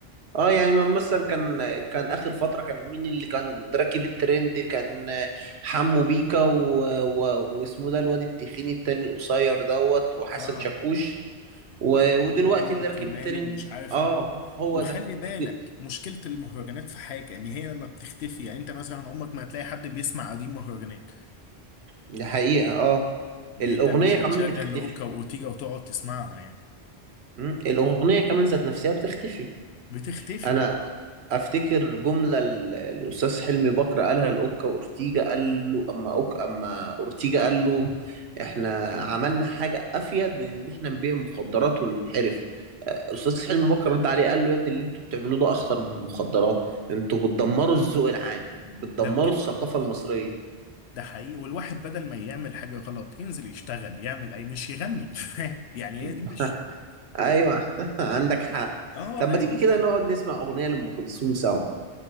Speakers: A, on the right; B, on the left.
A: اه يعني ما- مثلا كان كان اخر فترة كان مين اللي كان راكب الترند كان آه، حمو بيكا و... و... واسمه ده الواد التخين التاني القصير دوت وحسن
B: اه
A: شاكوش و... ودلوقتي
B: وعمر
A: اللي
B: كمال
A: راكب الترند
B: ومش عارف
A: اه
B: مين
A: هو
B: وخلي
A: ده
B: بالك
A: دي,
B: مشكله المهرجانات في حاجه ان هي لما بتختفي يعني انت مثلا عمرك ما هتلاقي حد بيسمع قديم مهرجانات
A: دي حقيقة اه
B: يعني
A: الأغنية
B: انت مش
A: كمان
B: هتشغل
A: بتختفي
B: لاوكا واورتيجا وتقعد تسمعها يعني
A: م? الأغنية كمان ذات نفسها بتختفي
B: بتختفي
A: أنا أفتكر جملة ال- الأستاذ حلمي بكر قالها لأوكا وأورتيجا قال له أما أوكا أما أورتيجا قال له إحنا عملنا حاجة أفيد من إن إحنا نبيع مخدرات وننحرف آه، أستاذ حلمي بكر رد عليه قال له يا ابني اللي أنتوا بتعملوه ده أخطر من المخدرات أنتوا بتدمروا الذوق العام بتدمروا
B: ده
A: الثقافة المصرية
B: ده حقيقي والواحد بدل ما يعمل حاجة غلط ينزل يشتغل يعمل أي مش يغني <laughs> فاهم؟ يعني
A: <laughs>
B: هي دي مش
A: ايوه <laughs> عندك حق
B: <laughs> اه
A: طب
B: لأن
A: ما تيجي
B: أنت
A: كده نقعد نسمع اغنيه لام كلثوم سوا